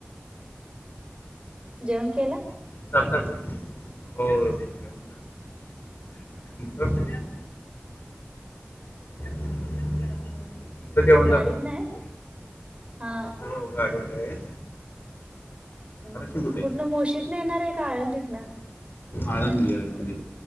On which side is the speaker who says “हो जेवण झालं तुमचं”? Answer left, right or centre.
Left